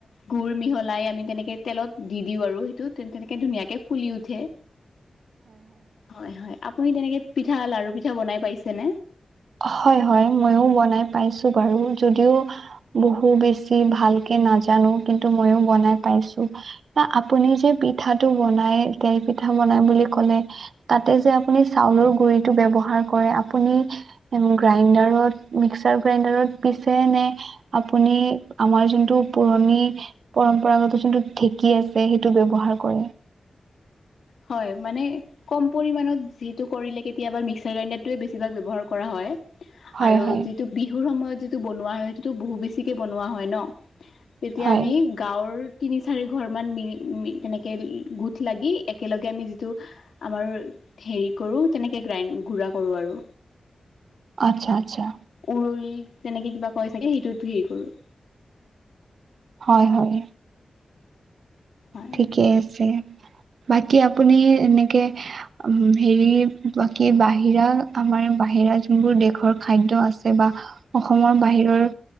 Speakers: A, on the left; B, on the right.
A: গুৰ মিহলাই আমি তেনেকে তেলত দি দিওঁ আৰু সেইটো তেন তেনেকে ধুনীয়াকে ফুলি উঠে হয় হয় আপুনি তেনেকে পিঠা লাৰু পিঠা বনাই পাইছে ন
B: হয় হয় ময়ও বনাই পাইছো বাৰু যদিও বহু বেছি ভালকে নাজানো কিন্তু ময়ো বনাই পাইছো না আপুনি যে পিঠাটো বনাই তেল পিঠা বনাই বুলি কলে তাতে যে আপুনি চাউলৰ গুৰিটো ব্যৱহাৰ কৰে আপুনি গ্ৰাইণ্ডাৰত মিক্সাৰ গ্ৰাইণ্ডাৰত পিছে নে আপুনি আমাৰ যোনটো পুৰণি পৰম্পৰাগত যোনটো ঢেঁকী আছে সেইটো ব্যৱহাৰ কৰে
A: হয় মানে কম পৰিমাণত যিটো কৰিলে কেতিয়াবা মিক্সাৰ গ্ৰাইণ্ডাৰটোৱে বেছিভাগ ব্যৱহাৰ কৰা হয়
B: হয়
A: আৰু
B: হয়
A: যিটো বিহুৰ সময়ত যিটো বনোৱা হয় সেইটো বহু বেছিকে বনোৱা হয় ন তেতিয়া
B: হয়
A: আমি গাঁৱৰ তিনি চাৰি ঘৰ মান মি মি তেনেকে গোঠ লাগি একেলগে আমি যিটো আমাৰ হেৰি কৰো তেনেকে গ্ৰাইন গুৰা কৰোঁ আৰু
B: আচ্ছা আচ্ছা
A: উৰুলি তেনেকে কিবা কয় চাগে সেইটো হেৰি কৰো
B: হয় হয়
A: হয়
B: ঠিকে আছে বাকী আপুনি এনেকে হেৰি বাকী বাহিৰা আমাৰ বাহিৰা যোনবোৰ দেশৰ খাদ্য আছে বা অসমৰ বাহিৰৰ